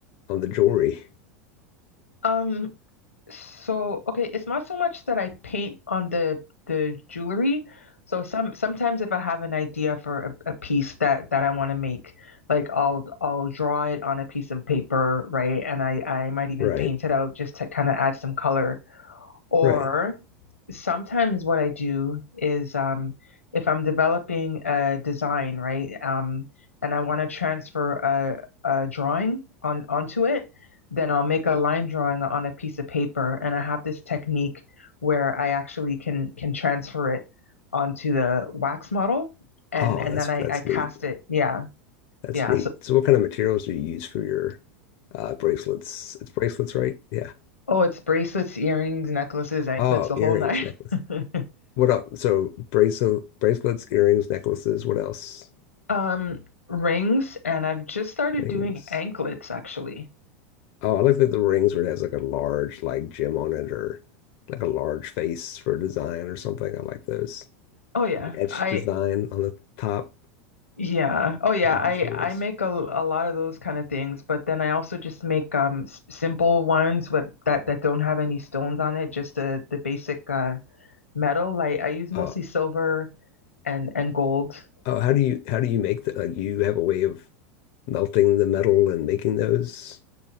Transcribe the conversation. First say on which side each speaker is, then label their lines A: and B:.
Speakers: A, on the left (about 55°); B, on the left (about 90°).
A: on the jewelry?
B: Um, so okay, it's not so much that I paint on the the jewelry. So some sometimes if I have an idea for a, a piece that that I want to make, like I'll I'll draw it on a piece of paper, right? And I I might even
A: Right,
B: paint it out just to kind of add some color. Or
A: right.
B: sometimes what I do is um, if I'm developing a design, right, um, and I want to transfer a, a drawing on onto it, then I'll make a line drawing on a piece of paper, and I have this technique where I actually can can transfer it onto the wax model, and
A: Oh,
B: and
A: that's
B: then I
A: that's
B: I cast
A: neat.
B: it. Yeah,
A: That's
B: yeah.
A: neat.
B: So
A: So what kind of materials do you use for your uh bracelets? It's bracelets, right? Yeah.
B: oh, it's bracelets, earrings, necklaces, anklets,
A: Oh,
B: the whole
A: earrings,
B: nine.
A: necklace.
B: <laughs>
A: What else? So bracelet, bracelets, earrings, necklaces. What else?
B: Um, rings, and I've just started
A: Rings.
B: doing anklets actually.
A: Oh, I like that the rings where it has like a large like gem on it or like a large face for a design or something. I like those.
B: Oh yeah,
A: An etched
B: I
A: design on the top.
B: yeah. Oh yeah,
A: You
B: I
A: do some
B: I
A: of this.
B: make a, a lot of those kind of things, but then I also just make um s simple ones with that that don't have any stones on it, just the the basic uh metal. Like I use mostly
A: Oh,
B: silver and and gold.
A: oh, how do you how do you make the like you have a way of melting the metal and making those?